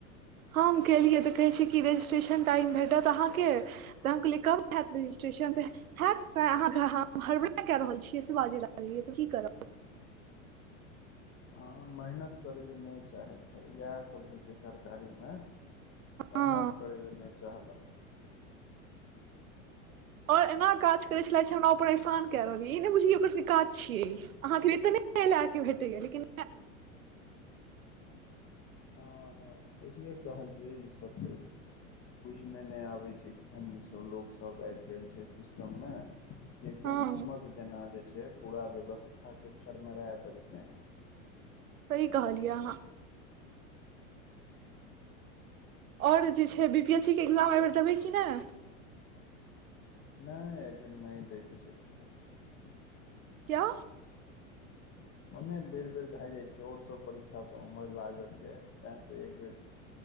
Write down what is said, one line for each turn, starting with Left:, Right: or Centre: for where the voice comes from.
Right: हम केलियै तऽ कहै छी कि रजिस्ट्रेशन टाइम भेटत आहाँके त हम कहलिए कब हैत रजिट्रेशन तऽ ह अहाँ हम हरबड़ा कए रहल छियै से बाज त की करहब
Left: हँ मेहनत करय लए नहि चाहै छै इएह सब होइ छै सरकारीमे मेहनत
Right: हँ
Left: करैये नहि चाहलक
Right: और एना काज करे छललाे छै हमरा ओ परेशान क रहल य ई नहि बुझलिय ओकर सबके काज छियै ई अहाँके वेतने <unintelligible> के भेटैय लेकिन
Left: ह ह ह सहिए कहलियै ईसभ तऽ बुझमे नहि आबैत छैन ईसभ लोकसभ आबि गेल छै सिस्टम मे कि एकदम
Right: हँ
Left: दीमक जेना जे छै पूरा व्यवस्था के चरमरा देलकै हे
Right: सही कहलियै अहाँ और जे छै बी पी एस सी के एक्जाम एहिबेर देबै कि नहि
Left: नहि एहि बेेर नहि देखैके सोचि रहल छीयै
Right: क्या
Left: मने बेर बेर भए जाइत छै आओर सभ परीक्षासभ उमर लागल जाए ताहिसँ एक बेर